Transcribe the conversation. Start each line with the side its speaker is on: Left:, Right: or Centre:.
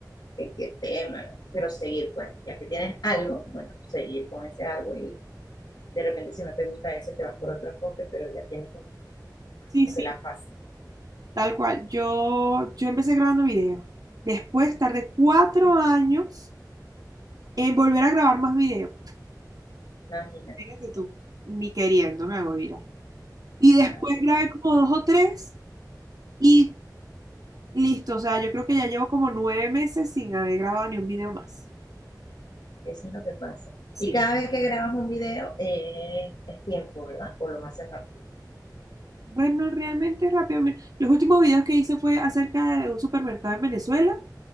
Left: de qué tema, pero seguir, pues, ya que tienes algo, bueno, seguir con ese algo y de repente si no te gusta ese te vas por otro enfoque, pero ya tienes
Right: sí,
Left: como
Right: sí,
Left: que la fase.
Right: tal cual. Yo, yo empecé grabando videos. Después tardé cuatro años en volver a grabar más videos.
Left: No, Imagínate,
Right: Fíjate tú, ni queriendo me hago viral. Y
Left: nada,
Right: después grabé como dos o tres y listo. O sea, yo creo que ya llevo como nueve meses sin haber grabado ni un video más.
Left: eso es lo que pasa.
Right: Sí.
Left: Y cada vez que grabas un video eh, es tiempo, ¿verdad? O lo haces rápido.
Right: Bueno, realmente rápido. Mira, Los últimos videos que hice fue acerca de un supermercado en Venezuela